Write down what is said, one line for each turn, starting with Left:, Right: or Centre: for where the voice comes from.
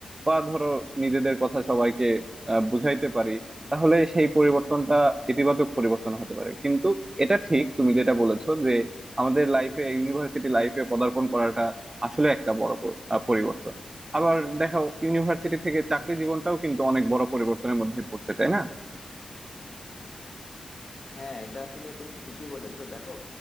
Right: বা ধরো নিজেদের কথা সবাইকে আহ, বুঝাইতে পারি তাহলে সেই পরিবর্তনটা ইতিবাচক পরিবর্তন হতে পারে কিন্তু এটা ঠিক তুমি যেটা বলেছো যে আমাদের লাইফে ইউনিভার্সিটি লাইফে পদার্পণ করাটা আসলে একটা বড় পর- আহ, পরিবর্তন আবার দেখো ইউনিভার্সিটি থেকে চাকরি জীবনটাও কিন্তু অনেক বড় পরিবর্তনের মধ্যে পড়ছে তাই না
Left: হ্যাঁ এটা আসলে তুমি ঠিকই বলেছো দেখো